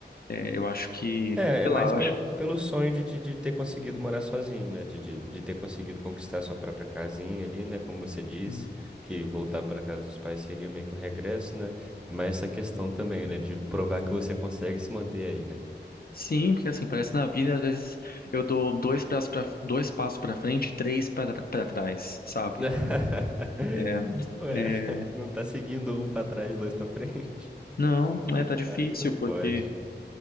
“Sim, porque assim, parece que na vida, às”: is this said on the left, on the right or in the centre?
Left